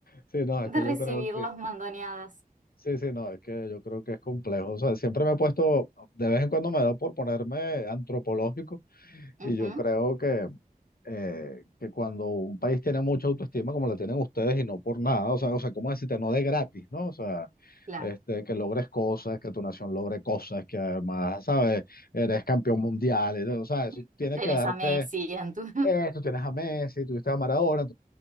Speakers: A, on the left (about 75°); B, on the right (about 55°).
A: Sí, no, es
B: de
A: que
B: recibir
A: yo creo que
B: las mandoneadas.
A: Sí, sí, no, es que yo creo que es complejo. O sea, siempre me he puesto, de vez en cuando me da por ponerme antropológico
B: Ujú,
A: y yo creo que, eh, que cuando un país tiene mucha autoestima como la tienen ustedes y no por nada, o sea, o sea, ¿cómo decirte? No de gratis, ¿no? O sea,
B: claro.
A: este, que logres cosas, que tu nación logre cosas, que además, ¿sabes? Eres campeón mundial, eres- o sea, eso
B: <laughs>
A: tiene
B: Tenés
A: que darte,
B: a Messi en tu... <laughs>
A: eh, tú tienes a Messi, tuviste a Maradona,